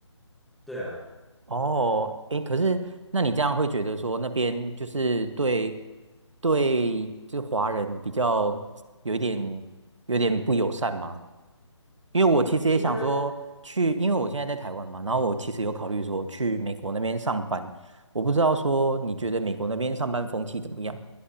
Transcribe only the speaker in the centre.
对啊，
应该